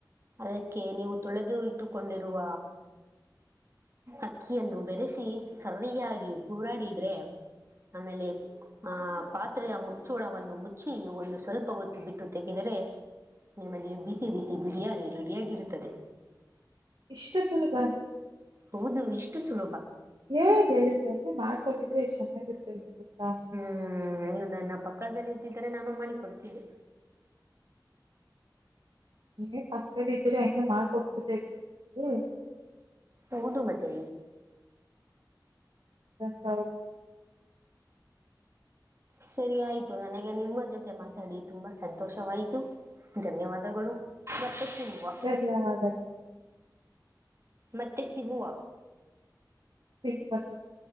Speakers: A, on the right; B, on the right.
A: ಅದಕ್ಕೆ ನೀವು ತೊಳೆದು ಇಟ್ಟುಕೊಂಡಿರುವ ಅಕ್ಕಿಯನ್ನು ಬೆರೆಸಿ ಸರಿಯಾಗಿ ಹೂರಾಡಿದ್ರೆ ಆಮೇಲೆ ಆ ಪಾತ್ರೆಯ ಮುಚ್ಚೋಳವನ್ನು ಮುಚ್ಚಿ ಒಂದು ಸ್ವಲ್ಪ ಹೊತ್ತು ಬಿಟ್ ತೆಗೆದರೆ ನಿಮಗೆ ಬಿಸಿ ಬಿಸಿ ಬಿರಿಯಾನಿ ರೆಡಿಯಾಗಿರುತ್ತದೆ
B: ಇಷ್ಟು ಸುಲಭ
A: ಹೌದು ಇಷ್ಟು ಸುಲಭ
B: <unintelligible> ಬಾಳ್ ಕೊಟ್ಟಿದ್ರೆ ಎಷ್ಟು ಚೆನ್ನಾಗಿರ್ತೈತ್ತು ಗೊತ್ತಾ
A: ಹ್ಮ್ ನೀವು ನನ್ನ ಪಕ್ಕದಲ್ಲಿ ಇದ್ದಿದ್ರೆ ನಾನು ಮಾಡಿ ಕೊಡ್ತಿದ್ದಿ
B: ಇಂಗೆ ಪಕ್ಕದಲ್ಲಿದ್ದಿದ್ದರೆ ಹೆಂಗೋ ಮಾಡ್ಕೊಟ್ <inaudible>
A: ಹೌದು ಮತ್ತೆ
B: <unintelligible>
A: ಸರಿ ಆಯ್ತು ನನಗೆ ನಿಮ್ಮ ಜೊತೆ ಮಾತಾಡಿ ತುಂಬಾ ಸಂತೋಷವಾಯ್ತು ಧನ್ಯವಾದಗಳು ಮತ್ತೆ ಸಿಗುವ
B: ಧನ್ಯವಾದ
A: ಮತ್ತೆ ಸಿಗುವ
B: <unintelligible>